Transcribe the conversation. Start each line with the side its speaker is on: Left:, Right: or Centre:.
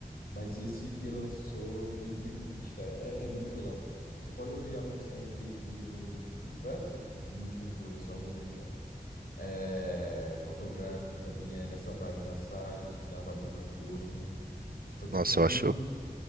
Left: Mas esse que lançou em 2020, cara, é, é muito legal. Você pode ouvir a música In The Hills. Tem diversas músicas boas nesse álbum dele, cara. É, Photograph também é nessa vibe da Sage, da vibe do Frank Ocean. Então, tipo,
Right: Nossa,
Left: só tem.
Right: eu acho.